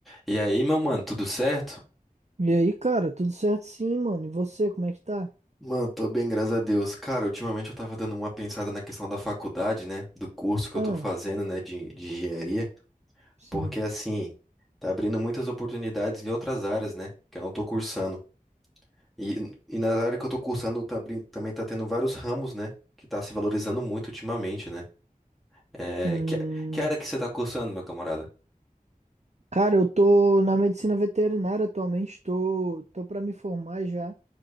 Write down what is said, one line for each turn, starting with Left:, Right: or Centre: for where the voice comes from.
Centre: E aí, meu mano, tudo certo?
Right: E aí, cara, tudo certo sim, mano. E você, como é que tá?
Centre: Mano, tô bem, graças a Deus. Cara, ultimamente eu tava dando uma pensada na questão da faculdade, né? Do curso que
Right: Ah,
Centre: eu tô fazendo, né? De, de engenharia.
Right: sim.
Centre: Porque, assim, tá abrindo muitas oportunidades em outras áreas, né? Que eu não tô cursando. E, e na área que eu tô cursando, tá abri- também tá tendo vários ramos, né? Que tá se valorizando muito ultimamente, né? É,
Right: Hum,
Centre: que, que área que você tá cursando, meu camarada?
Right: cara, eu tô na medicina veterinária atualmente, tô, tô pra me formar já.